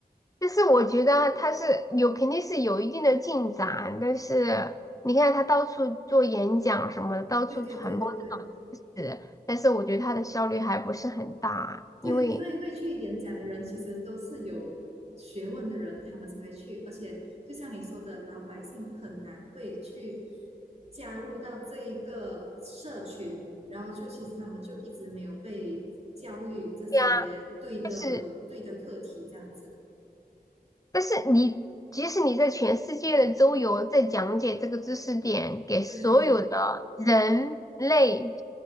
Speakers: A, on the left; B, on the right.
A: 但是我觉得他是有肯定是有一定的进展，但是你看他到处做演讲什么的，到处传播这种知识，
B: 对对对对对
A: 但是我觉得他的效率还不是很大，
B: 对，
A: 因为。
B: 因为会去演讲的人其实都是有学问的人，他们才会去。而且就像你说的，老百姓很难会去加入到这一个社群，然后就其实他们就一直没有被教育这些对的对的课题这样子。
A: 对但是。但是你即使你在全世界的周游，在讲解这个知识点给所有的人类，
B: 对